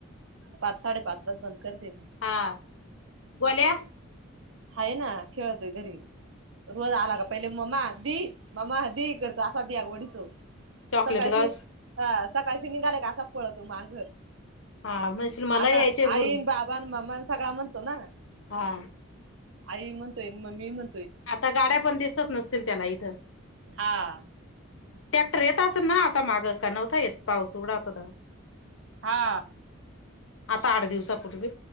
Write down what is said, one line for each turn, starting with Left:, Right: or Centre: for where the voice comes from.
Right: पाच साडे पाचला बंद करते मी
Left: हा गोल्या
Right: हा ना खेळतोय घरी रोज आला का पहिले मम्मा दी मम्मा दी करतो असा बाग ओढडीतो
Left: चॉकलेट
Right: सकाळशी
Left: गावस
Right: हा सकाळशी निघाले का असा पळतो माघ
Left: हा म्हणशील मला
Right: आता
Left: यायचे बुर
Right: आईन बाबां मम्मान सगळा म्हणतो ना
Left: हा
Right: आई म्हणतोय मम्मी म्हणतोय
Left: आता गाड्या पण दिसत नसतील त्याला इथं
Right: हा
Left: टॅक्टर येत असेल ना आता माग का नव्हता येत पाऊस उघडा होता
Right: हा
Left: आता आठ दिवसापूर्वी